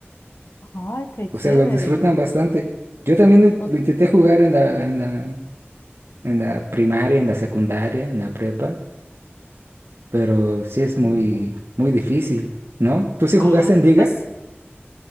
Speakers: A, on the left; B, on the right.
A: ay, qué
B: O
A: chévere.
B: sea, los disfrutan bastante. Yo también lo, lo
A: O-
B: intenté jugar en la, en la, en la primaria, en la secundaria, en la prepa, pero sí es muy,
A: Uy,
B: muy difícil, ¿no? ¿Tú sí
A: Ay,
B: jugaste en Liga?
A: pues